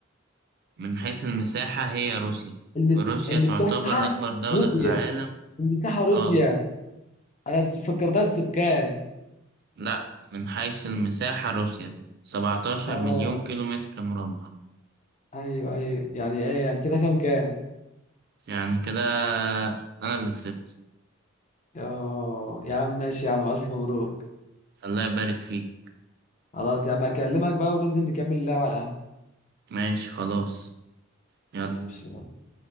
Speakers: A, on the right (about 50°); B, on the left (about 35°).
A: من حيث المساحة هي روسيا
B: المس...
A: روسيا
B: المساحة
A: تعتبر أكبر دولة
B: روسيا
A: في العالم
B: المساحة روسيا
A: آه
B: أنا س- فكرتها السكان
A: لأ من حيث المساحة روسيا 17
B: آه
A: مليون كيلومتر مربع
B: أيوه أيوه يعني إيه يعني كده كام كام
A: يعني كده أنا اللي كسبت
B: آه يا عم ماشي يا عم ألف مبروك
A: الله يبارك فيك
B: خلاص يا عم أكلمك بقى وننزل نكمل اللعب على القهوة
A: ماشي خلاص يلا
B: ماشي